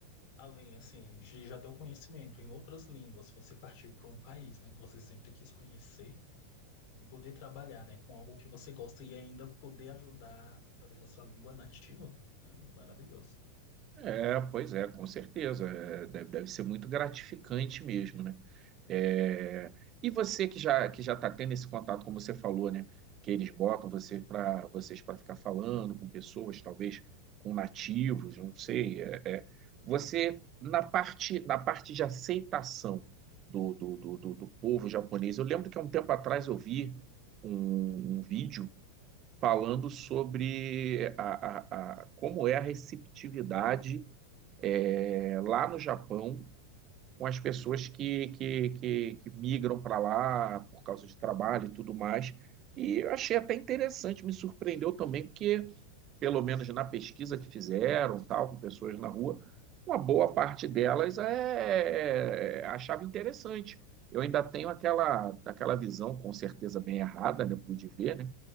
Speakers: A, on the left; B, on the right.
A: Além, assim, de já ter o conhecimento em outras línguas, você partir para um país, né, que você sempre quis conhecer e poder trabalhar, né, com algo que você gosta e ainda poder ajudar através da sua língua nativa, é maravilhoso.
B: É, pois é, com certeza. É, deve, deve ser muito gratificante mesmo, né? É, e você que já que já está tendo esse contato, como você falou, né? Que eles botam você para vocês para ficar falando com pessoas, talvez com nativos, não sei. é, é. você na parte na parte de aceitação do, do, do, do, do povo japonês, eu lembro que há um tempo atrás eu vi um, um vídeo falando sobre a, a, a- como é a receptividade é, lá no Japão com as pessoas que, que, que, que migram para lá por causa de trabalho e tudo mais.
A: Uhum.
B: E eu achei até interessante, me surpreendeu também, porque, pelo menos na pesquisa que fizeram, tal, com pessoas na rua, uma boa parte delas é, achava interessante. Eu ainda tenho aquela, aquela visão, com certeza bem errada, né? Pude ver, né?